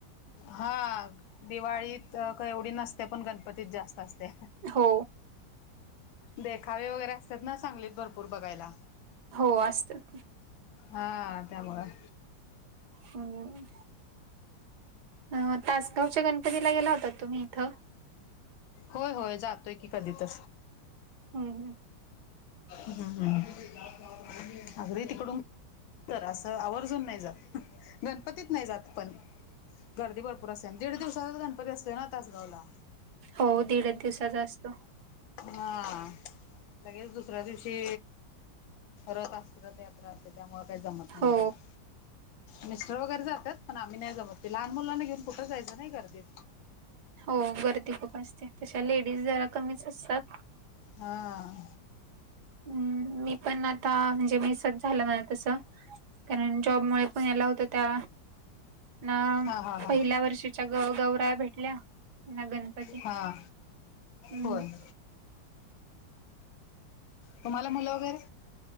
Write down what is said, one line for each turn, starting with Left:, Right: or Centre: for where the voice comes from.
Left: हा दिवाळीत का एवढी नसते पण गण पतीित जास्त असते.
Right: हो
Left: देखावे वगैरे असतात ना सांगलीत भरपूर बघायला.
Right: हो असत.
Left: हां त्यामुळं
Right: हम्म. अ तासगावच्या गणपतीला गेला होता तुम्ही इथं?
Left: होय होय जातोय की कधी तर.
Right: हम्म.
Left: हम्म हम्म अगदी तिकडून तर असं आवर्जून नाही जात गणपतीत नाही जात पण. गर्दी भरपूर असते आणि दीड दिवसाचाच गणपती असतोय ना तासगावला.
Right: हो दीडच दिवसाचा असतो.
Left: हां लगेच दुसऱ्या दिवशी रथ असत रथ यात्रा असते. त्यामुळे काही जमत नाही
Right: हो
Left: जायला मिस्टर वगैरे जातात पण आम्ही नाही जमत ते लहान मुलांना घेऊन कुठ जायचं नाही गर्दीत.
Right: हो गर्दी खूप असते तशा लेडीज जरा कमीच असतात.
Left: हां.
Right: हम्म मी पण आता म्हणजे मीसच झालं म्हणा तसं कारण जॉब मुळे पण याला होत त्या ना
Left: हा हा हा
Right: पहिल्या वर्षीच्या गौ- गौराई भेटल्या. ना गणपती.
Left: हां
Right: हम्म
Left: होय. तुम्हाला मुलं वगैरे